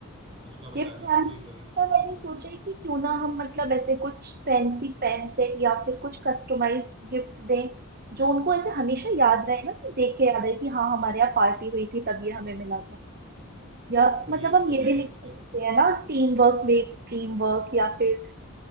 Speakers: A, on the right (about 25°); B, on the right (about 45°).
A: उसका
B: गिफ्ट
A: बता दीजिए
B: हैम्पर
A: एक बारी
B: का मैंने सोचा है कि क्यों ना हम मतलब ऐसे कुछ फैंसी पेन सेट या फिर कुछ कस्टमाइज्ड गिफ्ट दें जो उनको ऐसे हमेशा याद रहे ना कि देख के याद है कि हाँ हमारे यहाँ पार्टी हुई थी तब ये हमें मिला था या मतलब
A: ये
B: हम
A: तो
B: ये
A: है
B: भी
A: ये
B: लिख सकते
A: तो
B: हैं ना team work makes dream work या फिर